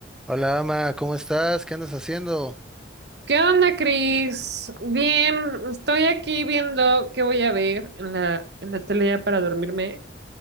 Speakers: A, in the centre; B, on the right (about 60°).
A: Hola, Ama, ¿cómo estás? ¿Qué andas haciendo?
B: ¿Qué onda, Cris? Bien, estoy aquí viendo qué voy a ver en la, en la tele ya para dormirme